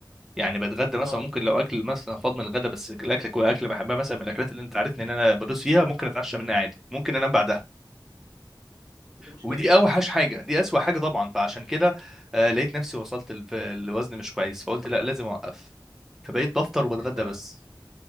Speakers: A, in the centre; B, on the right.
A: يعني بتغدى مثلا
B: اه
A: ممكن لو اكل مثلا فاض من الغدا بس الاكل كو- اكل بحبها مثلا من الاكلات اللي انت عارفني ان انا بدوس فيها ممكن اتعشى منها عادي ممكن انام بعدها
B: دي مشكله
A: ودي اوحش حاجه دي اسوأ حاجه طبعا فعشان كده آه، لقيت نفسي وصلت ال- في الوزن مش كويس فقلت لا لازم اوقف فبقيت بفطر وبتغدى
B: انت
A: بس